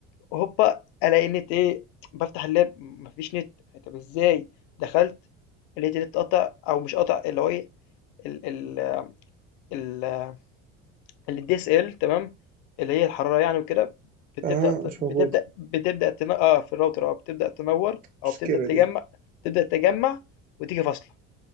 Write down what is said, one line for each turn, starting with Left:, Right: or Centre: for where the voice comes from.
Left: هوبا ألاقي النت إيه بافتح اللاب ما فيش نت طب إزاي دخلت لقيت النت قطع أو مش قطع اللي هو إيه ال ال ال الدي اس ال DSL تمام اللي هي الحرارة يعني وكده بتبدأ
Right: اه
Left: ت-
Right: مش
Left: بتبدأ
Right: موجود
Left: بتبدأ تن... اه في الراوتر اه بتبدأ تنور أو
Right: المشكلة
Left: بتبدأ تجمع
Right: دي
Left: تبدأ تجمع وتيجي فاصلة